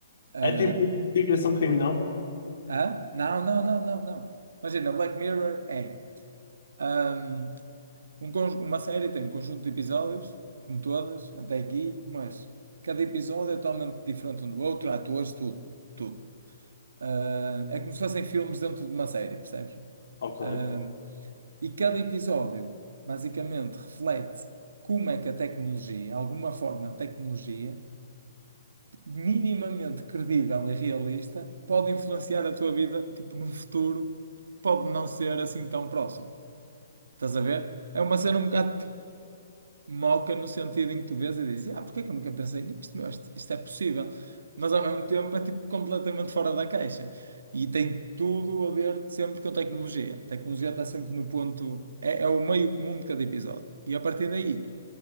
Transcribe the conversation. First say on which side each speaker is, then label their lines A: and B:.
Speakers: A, on the right (about 85°); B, on the left (about 70°).
A: Ah,
B: É tipo investigação
A: tu...
B: criminal?
A: Hã? Não, não, não, não, não. Imagina, Black Mirror é ahm, um conj- uma série tem um conjunto de episódios, como todas, até aqui, mas cada episódio é totalmente diferente um do outro, atores, tudo, tudo. Ah, é como se fossem filmes dentro de uma série, percebes?
B: Ok.
A: Ah, e cada episódio basicamente reflete como é que a tecnologia, alguma forma de tecnologia, minimamente credível e realista, pode influenciar a tua vida, tipo, num futuro, pode não ser assim tão próximo. Estás a ver? É uma cena um bocado moca no sentido em que tu vês e dizes, ah, porque é que eu nunca pensei nisto? Meu, isto, isto é possível. Mas ao mesmo tempo é tipo completamente fora da caixa. E tem tudo a ver sempre com tecnologia. A tecnologia está sempre no ponto. É, é o meio comum de cada episódio. E a partir daí,